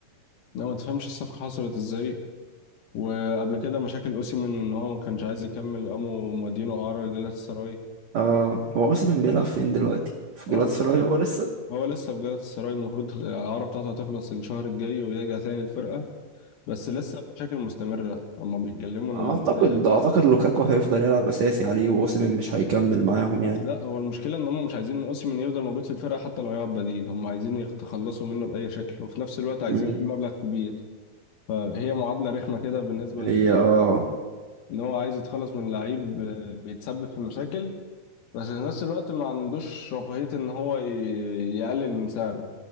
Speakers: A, on the left (about 70°); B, on the right (about 80°).
A: لا ما تفهمش الصفقه حصلت ازاي وقبل كده مشاكل اوسيمين ان هو ما كانش عايز يكمل قاموا مودينه اعاره لجلالة السراي
B: اه هو اوسيمين بيلعب فين دلوقتي في
A: هو
B: جلاتاسراي هو لسه
A: هو لسه في جلالة السراي المفروض الاعاره بتاعته هتخلص الشهر الجاي ويرجع تاني الفرقه بس لسه المشاكل مستمره هما بيتكلموا ان
B: اعتقد اعتقد لوكاكو هيفضل يلعب اساسي عليه ووسيم مش هيكمل معاهم
A: <laughs>
B: يعني
A: لا هو المشكله ان هم مش عايزين اوسيمين يفضل موجود في الفرقه حتى لو هيقعد بديل هم عايزين يتخلصوا منه باي شكل وفي نفس الوقت عايزين
B: مم.
A: فيه مبلغ كبير فهي معادله رخمه كده بالنسبه
B: هي
A: للاداره
B: اه
A: ان هو عايز يتخلص من لعيب بيتسبب في مشاكل بس في نفس الوقت ما عندوش رفاهية ان هو ي- يقلل من سعره